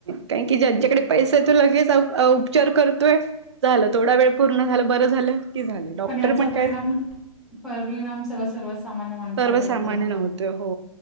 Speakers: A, on the right; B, in the centre.
A: का की ज्यांच्याकडे पैसाय तो लगेच उपचार करतोय झाला थोडा वेळ पूर्ण झाल बरं झालं की झा डॉक्टर
B: याचा
A: पण
B: परिणाम
A: काय
B: परिणाम सगळ सर्व सामान्य माणसावर
A: सर्वसामान्य
B: यो ना
A: नव्हते
B: पण
A: हो